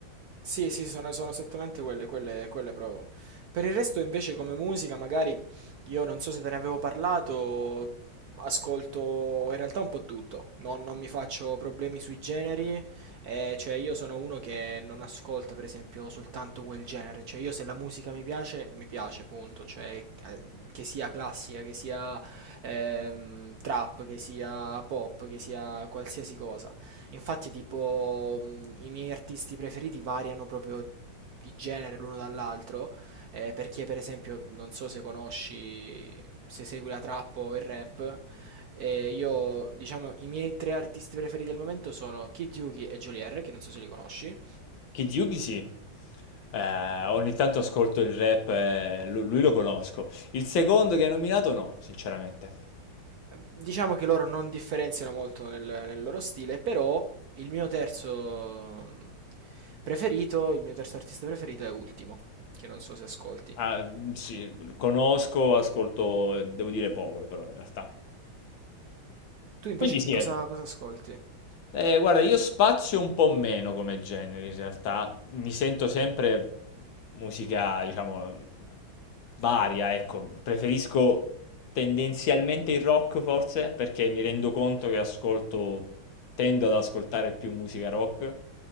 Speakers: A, on the right; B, on the left.
A: Sì, sì, sono, sono esattamente quelle, quelle, quelle provo. Per il resto, invece, come musica, magari io non so se te ne avevo parlato, ascolto in realtà un po' tutto. Non, non mi faccio problemi sui generi, eh, cioè io sono uno che non ascolta, per esempio, soltanto quel genere. Cioè io se la musica mi piace, mi piace, punto. Cioè, eh, che sia classica, che sia ehm, trap, che sia pop, che sia qualsiasi cosa. Infatti, tipo, mh, i miei artisti preferiti variano proprio di genere l'uno dall'altro, eh, perché per esempio, non so se conosci, se segui la trap o il rap, eh, io, diciamo, i miei tre artisti preferiti al momento sono Kid Yuki e Geolier, che non so se li conosci. Eh,
B: Kid Yugi sì. Eh, ogni tanto ascolto il rap, eh, lu- lui lo conosco. Il secondo che hai nominato no, sinceramente.
A: Diciamo che loro non differenziano molto nel, nel loro stile, però il mio terzo mh, preferito, il mio terzo artista preferito è Ultimo, che non so se ascolti.
B: Ah, mhmm, sì, conosco, ascolto, eh, devo dire poco però in realtà.
A: Tu invece
B: Quindi
A: che
B: sì,
A: cosa,
B: è
A: cosa ascolti?
B: eh, guarda, io spazio un po' meno come generi in realtà, mi sento sempre musica, diciamo, varia, ecco, preferisco tendenzialmente il rock forse, perché mi rendo conto che ascolto, tendo ad ascoltare più musica rock,